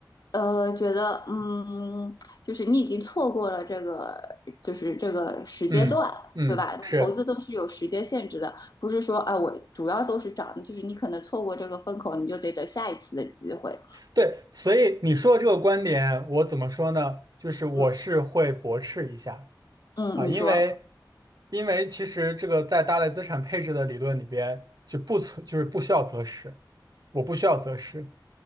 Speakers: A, on the left; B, on the right.
A: 呃，觉得嗯，就是你已经错过了这个，就是这个时间段，
B: 嗯嗯，
A: 对吧？你投资都是有时间限制的，
B: 是
A: 不是说，啊，我主要都是涨的，就是你可能错过这个风口，你就得等下一次的机会。
B: 对，所以你说的这个观点，我怎么说呢？就是我是会驳斥一下
A: 嗯。嗯，
B: 啊，
A: 你说，
B: 因为因为其实这个在大类资产配置的理论里边就不存，就是不需要择时，我不需要择时，